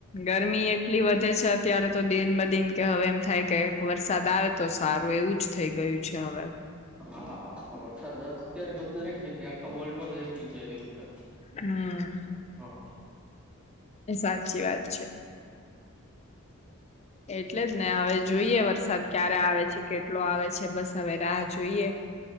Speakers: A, on the left (about 30°); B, in the centre.
A: ગરમી એટલી વધ વધ છે અત્યારે તો દિન બ દિન કે હવે એમ થાય કે વરસાદ આવે તો સારું એવું જ થઈ ગયું છે હવે
B: હા સ. સા અત્યારે બધ દરેક જગ્યાએ વર્લ્ડ માં દરેક જગ્યા એવું છે
A: હમ
B: હા
A: એ સાચી વાત છે. એટલે જ ને હવે જોઈએ વરસાદ ક્યારે આવે છે કેટલો આવે છે બસ હવે રાહ જોઈએ.